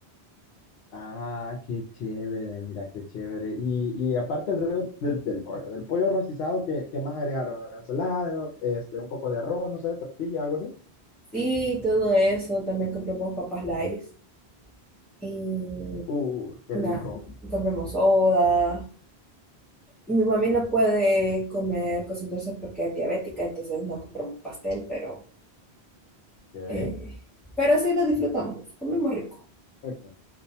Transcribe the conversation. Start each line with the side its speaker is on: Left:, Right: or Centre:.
Left: Ah, qué chévere, mira, qué chévere. Y, y aparte el rollo del, del rollo, del pollo rostizado, ¿qué, qué más agregaron? Ensalada, este, un poco de arroz, no sé, tortilla, algo así.
Centre: Sí, todo eso. También compramos papas Lays. Y
Left: Uh, qué
Centre: nada,
Left: rico.
Centre: compramos soda. Mi mami no puede comer cosas dulces porque es diabética, entonces no compramos pastel, pero,
Left: Ok.
Centre: eh, pero sí lo disfrutamos. Comemos rico.
Left: Ok.